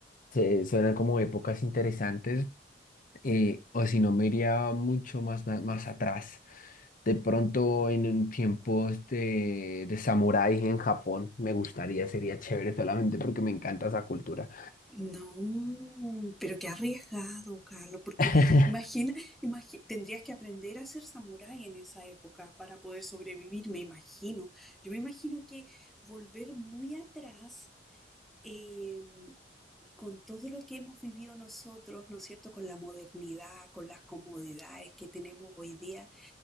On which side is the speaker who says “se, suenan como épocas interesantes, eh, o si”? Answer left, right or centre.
Left